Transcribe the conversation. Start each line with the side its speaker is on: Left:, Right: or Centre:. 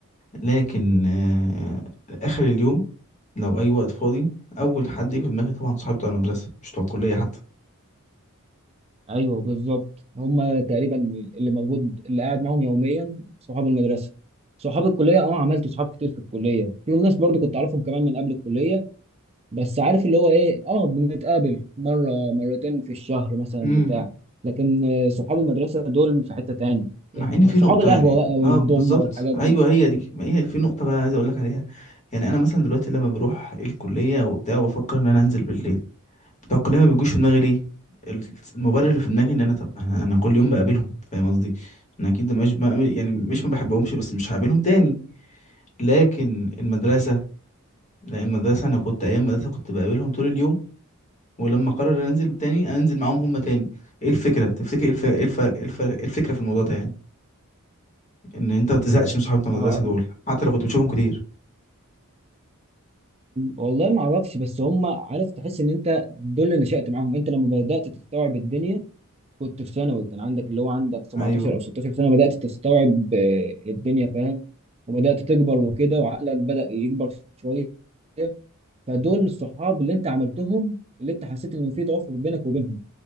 Left: لكن آه، اخر اليوم لو اي وقت فاضي اول حد يجي في دماغي طبعا صاحبي بتاع المدرسه مش بتوع الكليه حتى
Right: ايوه بالظبط هم تقريبا اللي موجود اللي قاعد معاهم يوميا صحاب المدرسه صحاب الكليه اه عملت صحاب كتير في الكليه في ناس برضو كنت اعرفهم كمان من قبل الكليه بس عارف اللي هو ايه اه بنتقابل مره مرتين في الشهر مثلا
Left: امم
Right: بتاع لكن آه، صحاب المدرسه دول في حته تاني
Left: مع ان في
Right: صحاب
Left: نقطه
Right: القهوه
Left: يعني
Right: بقى والضمنه
Left: اه بالظبط
Right: والحاجات دي
Left: ايوه هي دي ما هي في نقطه بقى عايز اقول لك عليها يعني انا مثلا دلوقتي لما بروح الكليه وبتاع وبفكر ان انا انزل بالليل بتوع الكليه ما بيجوش في دماغي ليه ال- المبرر اللي في دماغي ان انا طب انا, أنا كل يوم بقابلهم فاهم قصدي انا اكيد مش بقى يعني مش ما بحبهمش بس مش هقابلهم تاني لكن المدرسه لا المدرسه انا كنت ايام المدرسه كنت بقابلهم طول اليوم ولما قرر انزل تاني انزل معاهم هم تاني ايه الفكره تفتكر ايه الف... إيه الف... إيه الف... إيه الفكره في الموضوع ده يعني ان انت ما تزهقش من صحابه المدرسه
Right: آه،
Left: دول حتى لو كنت بتشوفهم كتير
Right: والله ما اعرفش بس هم عارف تحس ان انت دول اللي نشأت معاهم انت لما بدأت تستوعب الدنيا كنت في ثانوي كان عندك اللي هو عندك 17
Left: ايوه
Right: او 16 سنه بدات تستوعب آه، الدنيا فاهم وبدات تكبر وكده وعقلك بدا يكبر شويه فدول الصحاب اللي انت عملتهم اللي انت حسيت ان في توافق بينك وبينهم